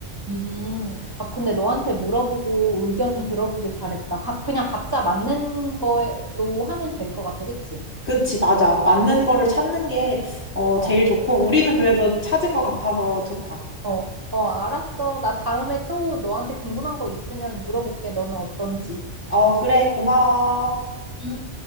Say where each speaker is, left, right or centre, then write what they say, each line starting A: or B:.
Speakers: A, on the right; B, on the left.
A: 음. 아, 근데 너한테 물어보고 의견 들어보길 잘했다. 각, 그냥 각자 맞는 거로 하면 될 것 같아. 그치?
B: 그치, 맞아.
A: 어,
B: 맞는 거를 찾는 게, 어,
A: 어,
B: 제일 좋고, 우리는 그래도 찾은 것 같아서 좋다.
A: 어, 어, 알았어. 나 다음에 또 너한테 궁금한 거 있으면 물어볼게. 너는 어떤지.
B: 어, 그래, 고마워.
A: 음.